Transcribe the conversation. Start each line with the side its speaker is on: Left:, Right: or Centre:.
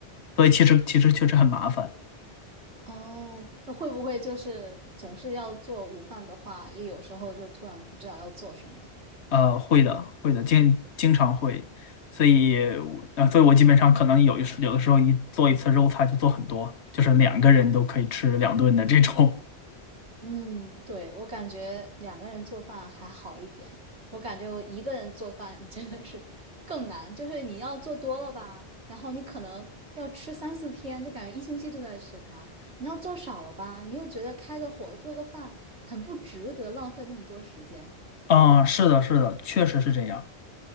Left: 所以其实其实确实很麻烦。
Right: 哦，那会不会就是总是要做午饭的话，也有时候就突然不知道要做什么？
Left: 呃，会的，会的，经经常会。所以我，呃，所以我基本上可能有一时有的时候一做一次肉菜就做很多，就是两个人都可以吃两顿的这种。
Right: 嗯，对，我感觉两个人做饭还好一点，我感觉我一个人做饭真的是更难，就是你要做多了吧，然后你可能要吃三四天，就感觉一星期都在吃它；你要做少了吧，你又觉得开个火做个饭很不值得，浪费那么多时间。
Left: <laughs> 啊，是的，是的，确实是这样。